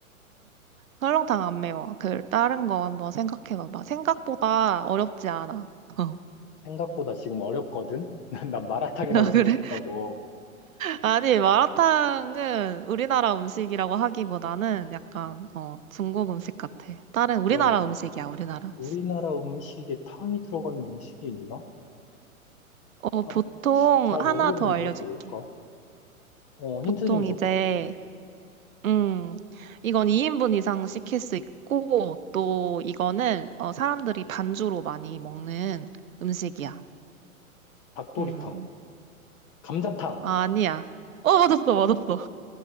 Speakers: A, on the right (about 65°); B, on the left (about 20°).
A: 설렁탕 안 매워. 그, 다른 거 한번 생각해봐봐. 생각보다 어렵지 않아. 어.
B: 생각보다 지금 어렵거든? <laughs> 난 마라탕이라고
A: <laughs> 아,
B: 생각했다고.
A: 그래? 아니, 마라탕은 우리나라 음식이라고 하기보다는 약간, 어, 중국 음식 같아. 다른 우리나라
B: 그러면
A: 음식이야, 우리나라
B: 우리나라
A: 음식.
B: 음식에 탕이 들어가는 음식이 있나?
A: 어,
B: 탕?
A: 보통
B: 잘
A: 하나
B: 모르겠는데
A: 더 알려줄게.
B: 뭘까? 어,
A: 보통
B: 힌트 좀 줘봐.
A: 이제 음, 이건 2인분 이상 시킬 수 있고, 또 이거는 어, 사람들이 반주로 많이 먹는 음식이야.
B: 닭도리탕,
A: 음,
B: 감자탕.
A: 아, 아니야. 어, 맞았어, 맞았어.